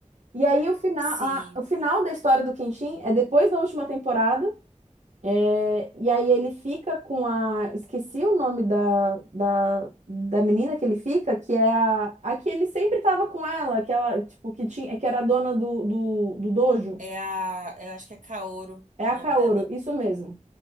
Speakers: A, on the right; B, on the right.
A: E aí, o final,
B: Sim.
A: a- o final da história do Quintin é depois da última temporada, é, e aí ele fica com a. Esqueci o nome da, da, da menina que ele fica, que é a, a que ele sempre tava com ela, que ela, tipo, que tinha, que era a dona do, do, do dojo.
B: É a. Eu acho que é Kaoru
A: É
B: o
A: a
B: nome
A: Kaoru,
B: dela.
A: isso mesmo.